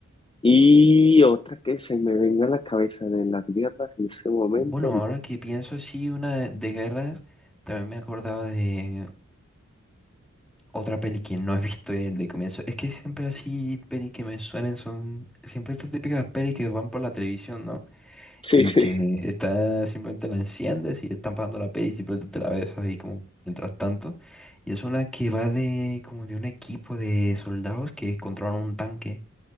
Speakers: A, on the left (about 20°); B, in the centre.
A: Y otra que se me venga a la cabeza de las guerras en este momento,
B: Bueno,
A: no.
B: ahora que pienso así, una de, de guerras, también me acordaba de otra peli que no he visto de, comienzo. Es que siempre así, peli que me suenen son siempre estas típicas pelis que van por la televisión, ¿no?
A: Sí,
B: y
A: sí,
B: que está simplemente la enciendes y están pasando la peli y simplemente te la ves ahí como mientras tanto. Y es una que va de como de un equipo de soldados que controlan un tanque